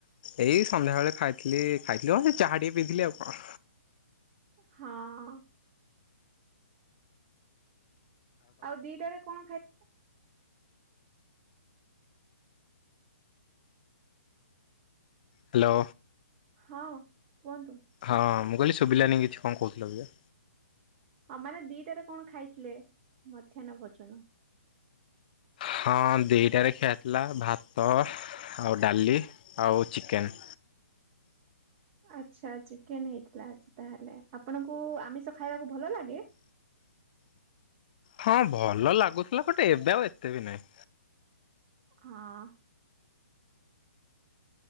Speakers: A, on the left (about 35°); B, on the right (about 25°).
A: ଏଇ ସନ୍ଧ୍ୟାବେଳେ ଖାଇଥିଲି ଖାଇଥିଲି କଁ ସେଇ ଚାହା ଟିକେ ପିଇଥିଲି ଆଉ କଁ।
B: ହଁ। ଆଉ ଦିଟାରେ କଣ ଖାଇ
A: ହ୍ୟାଲୋ।
B: ହଁ କୁହନ୍ତୁ।
A: ହଁ ମୁଁ କହିଲି ଶୁଭିଲାନି କିଛି କଣ କହୁଥିଲ କି।
B: ହଁ ମାନେ ଦିଟାରେ କଣ ଖାଇଥିଲେ ମଧ୍ୟାହ୍ନ ଭୋଜନ।
A: ହଁ ଦି ଟାରେ ଖିଆ ହେଇଥିଲା ଭାତ ଆଉ ଡାଲି ଆଉ ଚିକେନ୍।
B: ଆଚ୍ଛା ଚିକେନ ହେଇଥିଲା ଆଜି ତାହେଲେ ଆପଣଙ୍କୁ ଆମିଷ ଖାଇବାକୁ ଭଲ ଲାଗେ।
A: ହଁ ଭଲ ଲାଗୁଥିଲା ବଟ୍ ଏବେ ଆଉ ଏତେ ବି ନାହିଁ।
B: ହଁ।